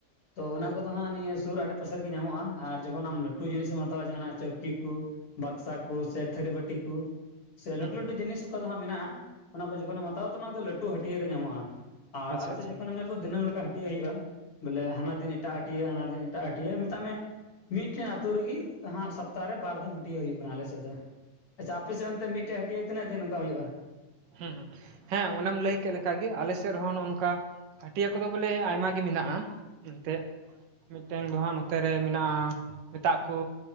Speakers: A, on the left; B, on the right.
A: ᱛᱚ ᱚᱱᱟ
B: ᱦᱮᱸ
A: ᱠᱚᱫᱚ ᱦᱟᱸᱜ ᱱᱤᱭᱟᱹᱼᱼ ᱥᱩᱨ ᱟᱲᱰᱮ ᱯᱟᱥᱮ ᱨᱮᱜᱮ ᱧᱟᱢᱚᱜᱼᱟ ᱟᱨ ᱡᱚᱠᱷᱚᱱ ᱟᱢ ᱞᱟᱹᱴᱩ ᱡᱤᱱᱤᱥᱮᱢ ᱦᱟᱛᱟᱣᱟ ᱡᱟᱦᱟᱱᱟᱜ ᱪᱟᱹᱣᱠᱤ ᱠᱩᱼᱼ ᱵᱟᱠᱥᱟ ᱠᱩ, ᱥᱮ ᱛᱷᱟᱹᱨᱤ ᱵᱟᱹᱴᱤ ᱠᱩ᱾ ᱥᱮ ᱞᱟᱹᱴᱩ
B: ᱦᱩᱸ ᱦᱩᱸ
A: ᱞᱟᱹᱴᱩ ᱡᱤᱱᱤᱥ ᱚᱠᱟ ᱫᱚ ᱦᱟᱸᱜ ᱢᱮᱱᱟᱜᱼᱟ ᱚᱱᱟ ᱠᱚ ᱡᱚᱠᱷᱚᱱᱮᱢ ᱦᱟᱛᱣᱟᱛᱚ ᱚᱱᱟ ᱫᱚ ᱞᱟᱹᱴᱩ ᱦᱟᱹᱴᱭᱟᱹ ᱨᱮ ᱧᱟᱢᱚᱜᱼᱟ᱾ ᱟᱨ
B: ᱟᱪᱪᱷᱟ
A: ᱟᱞᱮ ᱥᱮᱫ
B: ᱟᱪᱪᱷᱟ
A: ᱡᱚᱠᱷᱚᱱᱮᱢ ᱧᱮᱞᱟ ᱫᱤᱱᱟᱹᱢ ᱞᱮᱠᱟ ᱦᱟᱹᱴᱭᱟᱹ ᱦᱩᱭᱩᱜᱼᱟ, ᱵᱚᱞᱮ ᱦᱟᱱᱟ ᱫᱤᱱ ᱮᱴᱟᱜ ᱦᱟᱹᱴᱭᱟᱹ ᱦᱟᱱᱟ ᱫᱤᱱᱼᱼ ᱮᱴᱟᱜ ᱦᱟᱹᱴᱭᱤᱭᱟᱹ ᱢᱮᱛᱟᱜ ᱢᱮ ᱢᱤᱫᱴᱮᱱ ᱟᱹᱛᱩ ᱨᱮᱜᱮ ᱦᱟᱸᱜ ᱥᱚᱯᱛᱟᱦᱚ ᱨᱮ ᱵᱟᱨ ᱫᱚᱢ ᱦᱟᱹᱴᱤᱭᱟᱹ ᱦᱩᱭᱩᱜᱼᱼ ᱠᱟᱱᱟ ᱟᱞᱮᱥᱮᱫ ᱫᱚ, ᱟᱪᱪᱷᱟ ᱟᱯᱮ ᱥᱮᱫ ᱚᱱᱛᱮ ᱢᱤᱫᱴᱮᱡ ᱦᱟᱹᱴᱭᱟᱹ ᱛᱤᱱᱟᱹᱜ ᱫᱤᱱ ᱚᱱᱠᱟ ᱦᱩᱭᱩᱜᱼᱟ?
B: ᱦᱩᱸ ᱦᱩᱸ ᱦᱮᱸ ᱚᱱᱮᱢ ᱞᱟᱹᱭ ᱠᱮᱫ ᱞᱮᱠᱟ ᱜᱮ ᱟᱞᱮ ᱥᱮᱫ ᱨᱮᱦᱚᱸ ᱱᱚᱜᱼᱚ ᱱᱚᱝᱠᱟᱼᱼ ᱦᱟᱹᱴᱤᱭᱟᱹ ᱠᱚᱫᱚ ᱵᱚᱞᱮ ᱟᱭᱢᱟ ᱜᱮ ᱢᱮᱱᱟᱜᱼᱟ, ᱮᱱᱛᱮᱜᱼᱼ ᱢᱤᱫᱴᱮᱱ ᱫᱚ ᱦᱟᱸᱜ ᱱᱚᱛᱮ ᱨᱮ ᱢᱮᱱᱟᱜᱼᱟ, ᱢᱮᱛᱟᱜᱼᱟ ᱠᱩᱼᱼ